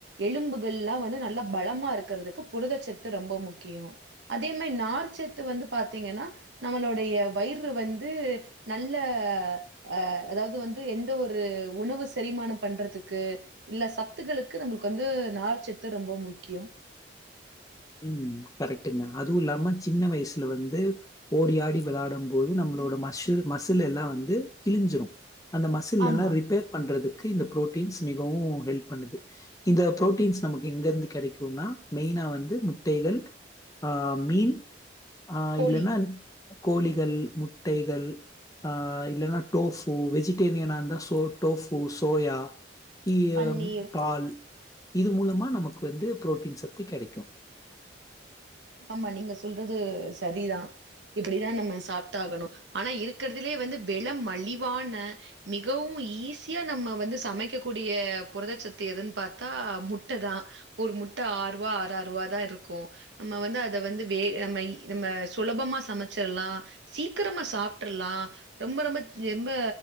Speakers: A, on the right (about 75°); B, on the left (about 20°).
A: எலும்புகள்லாம் வந்து நல்லா பலமா இருக்கிறதுக்கு புரதச்சத்து ரொம்ப முக்கியம் அதே மாரி நார் சத்து வந்து பாத்தீங்கன்னா நம்மளுடைய வயிறு வந்து நல்ல ல்ல அஹ் அதாவது வந்து எந்த ஒரு உணவு செரிமானம் பண்றதுக்கு இல்ல சத்துக்களுக்கு நம்மளுக்கு வந்து நார்ச்சத்து ரொம்ப முக்கியம்
B: உம் கரெக்டுங்க அதுவும் இல்லாம சின்ன வயசுல வந்து ஓடியாடி விளையாடும் போது நம்மளோட மஷில் மசில் எல்லாம் வந்து கிழிஞ்சிரும் அந்த மசில்
A: ஆமா.
B: எல்லாம் ரிப்பேர் பண்றதுக்கு க்கு இந்த புரோடின்ஸ் மிகவும் ஹெல்ப் பண்ணுது இத புரோடின்ஸ் நமக்கு எங்கருந்து கிடைக்கும் னா மெயினா வந்து தேலந் ஆஹ் மீன் ஆஹ்
A: கோழி,
B: இல்லன்னா கோழிகள் முட்டைகள் ஆஹ் இல்லைன்னா டோபு வெஜிடேரியனா இருந்தா சோ டோபு சோயா இய
A: பன்னீர்
B: பால் இது மூலமா நமக்கு வந்து புரோட்டீன் சத்து கெடைக்கு
A: ஆமா நீங்க சொல்றது சரிதா இப்டிதா நம்ம சாப்ட்டாகணு ஆனா இருக்கறதுலயே வந்து வெல மலிவான மிகவும் ஈஸியா நம்ம வந்து சமைக்கக்கூடிய புரதச்சத்து எதுன்னு பாத்தா முட்டைதா ஒரு முட்ட ஆறு ரூவா ஆறாறு ரூவா தா இருக்கு நம்ம வந்து அத வந்து வேக நம்ம நம்ம சுலபமா சமைச்சிர்லா சீக்கிரமா சாப்டர்லா ரொம்ப ரொம்ப ரொம்ப